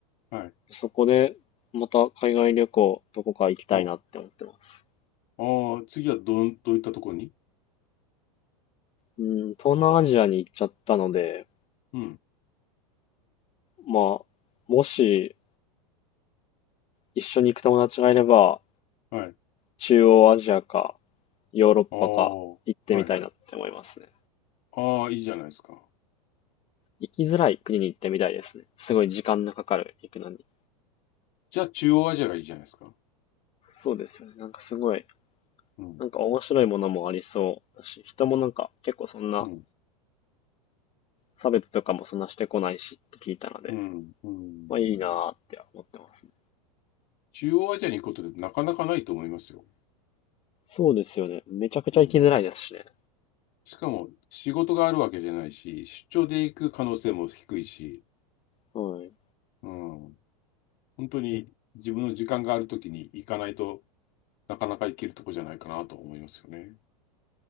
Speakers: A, on the left; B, on the left.
A: はい。
B: そこで、また海外旅行、どこか行きたいなって思ってます。
A: あ、あー、次はどん、どういったところに
B: うん、東南アジアに行っちゃったので、
A: うん。
B: まあ、もし一緒に行く友達がいれば、
A: はい。
B: 中央アジアか、ヨーロッパか行ってみたいなって思いますね。
A: ああ、はいはい。ああ、いいじゃないですか。
B: 行きづらい国に行ってみたいですね。すごい時間のかかる、行くのに。
A: じゃあ、中央アジアがいいじゃないですか。
B: そうですよね。なんかすごい、
A: うん。
B: なんか面白いものもありそうだし、人もなんか結構そんな
A: うん。
B: 差別とかもそんなしてこないしって聞いたので、
A: うん。うん。
B: まあいいなーって思ってますね。
A: 中央アジアに行くことってなかなかないと思いますよ。
B: そうですよね。めちゃくちゃ行きづらいですしね。
A: うんしかも、仕事があるわけじゃないし、出張で行く可能性も低いし、
B: はい。
A: うん、本当に自分の時間があるときに行かないとなかなか行けるとこじゃないかなと思いますよね。